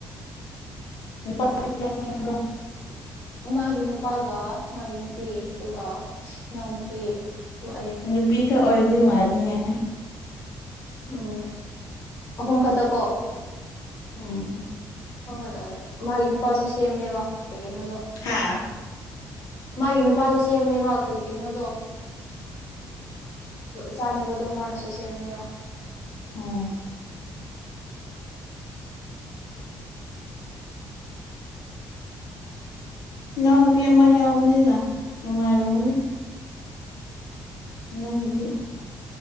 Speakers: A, on the left; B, on the left.
A: ꯭ꯔꯣ <unintelligible>
B: ꯃꯥꯒꯤ ꯅꯨꯄꯥꯒ ꯃꯥꯒꯤ ꯅꯨꯄꯤ ꯑꯗꯨꯒ ꯏꯅꯥꯎ ꯅꯨꯨꯄꯤ ꯑꯩ
A: ꯅꯨꯄꯤꯈꯛ ꯑꯣꯏꯔꯗꯤ ꯅꯨꯡꯉꯥꯏꯔꯅꯤꯍ
B: ꯎꯝ ꯑꯍꯨꯝ ꯈꯛꯇꯀꯣ
A: ꯎꯝ
B: ꯐꯪꯒꯗꯧꯔꯦ ꯃꯥꯒꯤ ꯅꯨꯄꯥꯁꯨ ꯁꯦꯝꯅꯦꯕ ꯀꯩ ꯀꯩꯅꯣꯗꯣ
A: ꯍꯥ
B: ꯃꯥꯒꯤ ꯅꯨꯄꯥꯁꯨ ꯁꯦꯝꯕꯅꯦꯕ ꯀꯔꯤ ꯀꯔꯤꯅꯣꯗꯣ ꯆꯥꯅꯕꯗꯣ ꯃꯥꯅꯁꯨ ꯁꯦꯝꯅꯦꯕ
A: ꯎꯝ ꯏꯅꯥꯎꯅꯨꯄꯤ ꯑꯃ ꯌꯥꯎꯕꯅꯤꯅ ꯅꯨꯡꯉꯥꯏꯔꯝꯒꯅꯤ ꯅꯪꯒꯤꯗꯤ